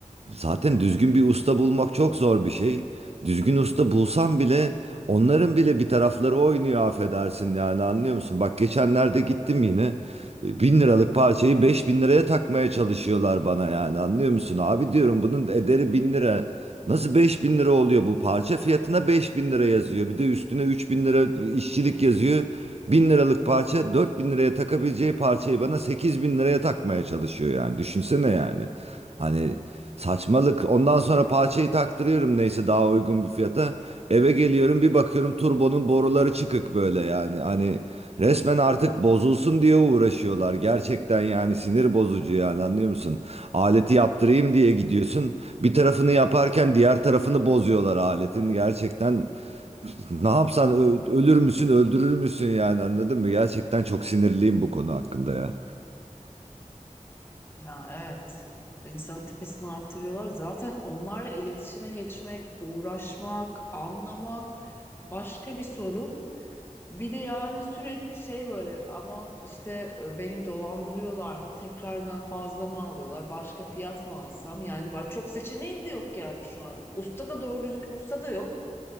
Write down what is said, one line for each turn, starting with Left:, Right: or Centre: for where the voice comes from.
Right: Zaten düzgün bir usta bulmak çok zor bir şey. Düzgün usta bulsam bile onların bile bir tarafları oynuyor affedersin yani anlıyor musun? Bak geçenlerde gittim yine e, bin liralık parçayı beş bin liraya takmaya çalışıyorlar bana yani anlıyor musun? Abi diyorum bunun ederi bin lira. Nasıl beş bin lira oluyor bu parça fiyatına beş bin lira yazıyor. Bir de üstüne üç bin lira işçilik yazıyor. Bin liralık parça dört bin liraya takabileceği parçayı bana sekiz bin liraya takmaya çalışıyor yani düşünsene yani. Hani saçmalık. Ondan sonra parçayı taktırıyorum neyse daha uygun bir fiyata. Eve geliyorum bir bakıyorum turbonun boruları çıkık böyle yani. Hani resmen artık bozulsun diye uğraşıyorlar. Gerçekten yani sinir bozucu yani anlıyor musun? Aleti yaptırayım diye gidiyorsun. Bir tarafını yaparken diğer tarafını bozuyorlar aletin. Gerçekten ne yapsan ö- ölür müsün öldürür müsün yani anladın mı? Gerçekten çok sinirliyim bu konu hakkında ya.
Left: Ya evet. İnsan tepesini arttırıyorlar. Zaten onlarla iletişime geçmek, uğraşmak, anlamak başka bir sorun. Bir de yani sürekli şey böyle aman işte e, beni dolandırıyorlar mı? Tekrardan fazla mı alıyorlar? Başka fiyat mı alsam? Yani bak çok seçeneğim de yok yani şu an. Usta da doğru düzgün usta da yok.